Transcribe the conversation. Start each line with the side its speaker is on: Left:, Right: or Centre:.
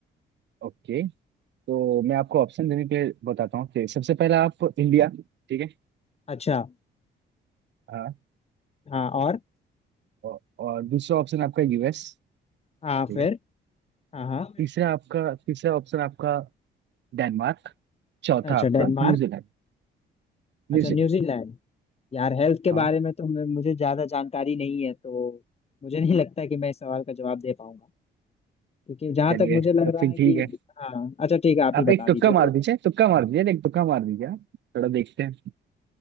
Right: ओके तो मैं आपको ऑप्शन देने के लिए बताता हूँ कि सबसे पहला आप इंडिया ठीक है
Left: अच्छा
Right: हाँ
Left: हाँ और
Right: औ- और दूसरा ऑप्शन आपका यूएस
Left: हाँ
Right: ठीक
Left: फिर
Right: है
Left: हाँ हाँ
Right: तीसरा आपका तीसरा ऑप्शन आपका डेनमार्क चौथा
Left: अच्छा
Right: आपका
Left: डेनमार्क
Right: न्यूजीलैंड न्यूजीलैंड
Left: अच्छा न्यूजीलैंड यार हेल्थ के
Right: हाँ
Left: बारे में तो मैं- मुझे ज्यादा जानकारी नहीं है तो मुझे नहीं लगता कि मैं इस सवाल का जवाब दे पाऊंगा क्योंकि जहां
Right: चलिए
Left: तक मुझे लग
Right: तो
Left: रहा
Right: फिर
Left: है
Right: ठीक
Left: कि
Right: है
Left: हाँ अच्छा ठीक है आप
Right: आप
Left: ही बता
Right: एक तुक्का
Left: दीजिए
Right: मार
Left: फिर
Right: दीजिए तुक्का मार दीजिए एक तुक्का मार दीजिए आप। थोड़ा देखते हैं